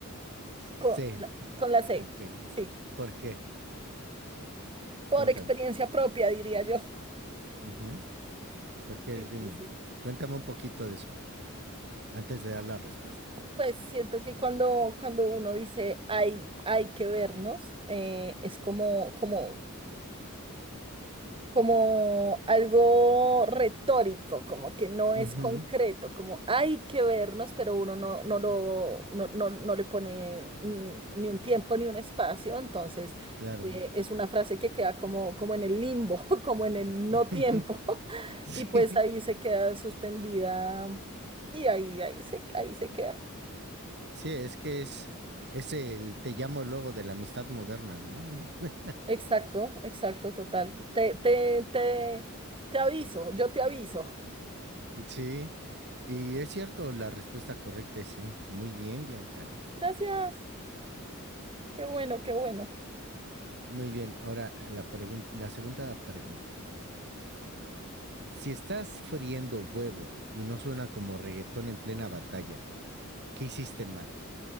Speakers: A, on the right (about 55°); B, on the right (about 25°).
A: C.
B: con la, con la C,
A: Ok.
B: sí.
A: ¿Por qué?
B: Por
A: Cuéntame.
B: experiencia propia, diría yo.
A: Ujú. ¿Por qué?
B: Sí,
A: Dime.
B: sí, sí.
A: Cuéntame un poquito de eso antes de dar la respuesta.
B: Pues siento que cuando, cuando uno dice hay, hay que vernos, eh, es como,
A: Ujú.
B: como como algo retórico, como que no
A: Ujú,
B: es concreto, como hay que vernos, pero uno no, no lo, no, no, no le pone mm, ni un tiempo ni un espacio, entonces
A: Claro.
B: eh, es una frase que queda como, como en el limbo, <laughs> como en el
A: <laughs>
B: no tiempo, <laughs>
A: Sí.
B: y pues ahí se queda suspendida y ahí, ahí se, ahí se queda.
A: Sí, es que es, es el te llamo luego de la amistad moderna, ¿no? <laughs>
B: Exacto, exacto, total. Te, te, te, te aviso, yo te aviso.
A: Sí, y es cierto, la respuesta correcta es sí. Muy bien, Bianca.
B: Gracias, qué bueno, qué bueno.
A: Muy bien, ahora la pregun- la segunda pregunta. Si estás friendo huevo y no suena como reggaetón en plena batalla, ¿qué hiciste mal?